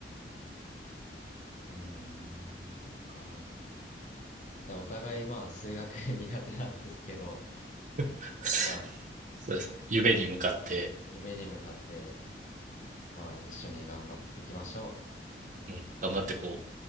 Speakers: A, on the left; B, on the right.
A: ーん、そっか。でお互いまあ数学 <laughs> 苦手なんですけど、
B: <laughs>
A: まあ
B: そうですね。夢に向かって、
A: 夢に向かって、まあ一緒に頑張っていきましょう。
B: うん、頑張ってこう、